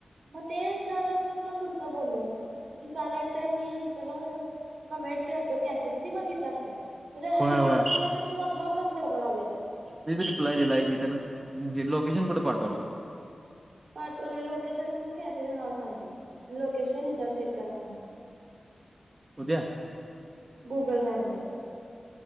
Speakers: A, on the right; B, on the right.
A: मग ते विचाराच मी तुला पुढचं बोललो की काल एकटाइम मी इनस्टाला. कमेंट केलतो कॅफेची ती बघितलास काय जर हॅलो
B: होय
A: हॅलो
B: होय.
A: म्हणाले तर तू आपला आपलाच बडबडालायस.
B: तेच रिप्लाय दिलाय की त्यानं लोकेशन कुठे पाठवला.
A: पाठवलाय लोकेशनने पण कॅफेच नाव सांगितलंय लोकेशन ह्याच्यावर चेक करा म्हणलं. <unintelligible>
B: उद्या
A: गुगल मॅप वर